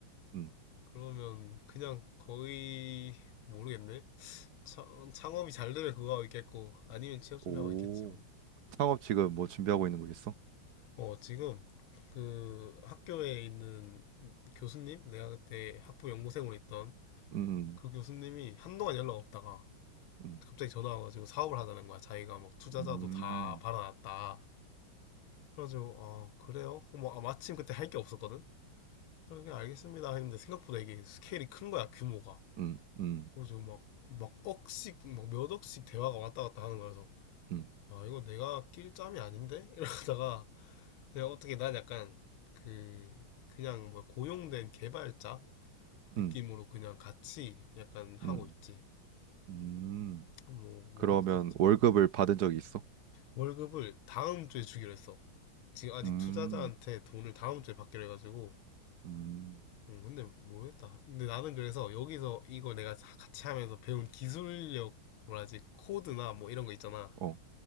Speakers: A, on the right (about 60°); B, on the left (about 90°).
A: 음.
B: 그러면 그냥 거의 모르겠네. 창, 창업이 잘 되면 그거 하고 있겠고 아니면 취업 준비하고
A: 오.
B: 있겠지 뭐.
A: 창업 지금 뭐 준비하고 있는 거 있어?
B: 어 지금 그 학교에 있는 교수님 내가 그때 학부 연구생으로 있던
A: 음.
B: 그 교수님이 한동안 연락 없다가
A: 음.
B: 갑자기 전화 와가지고 사업을 하자는 거야. 자기가 막 투자자도
A: 음,
B: 다 받아놨다. 그래가지고 아 그래요? 뭐 아, 마침 그때 할 게 없었거든. 그래 알겠습니다 했는데 생각보다 이게 스케일이 큰 거야 규모가.
A: 음, 음,
B: 그래서 막, 막 억씩, 막 몇 억씩 대화가 왔다 갔다 하는 거라서,
A: 음,
B: 아, 이거 내가 낄 짬이 아닌데? <laughs> 이러다가, 그냥 어떻게 난 약간, 그, 그냥 뭐 고용된 개발자 느낌으로
A: 음,
B: 그냥 같이 약간 하고
A: 음,
B: 있지.
A: 음.
B: 뭐, 모르겠었지.
A: 그러면 월급을
B: 음.
A: 받은 적이 있어?
B: 월급을 다음 주에 주기로 했어. 지금 아직
A: 음,
B: 투자자한테 돈을 다음 주에 받기로 해가지고,
A: 음,
B: 음, 근데 모르겠다. 근데 나는 그래서 여기서 이거 내가 같이 하면서 배운 기술력, 뭐라지, 코드나 뭐 이런 거 있잖아.
A: 어,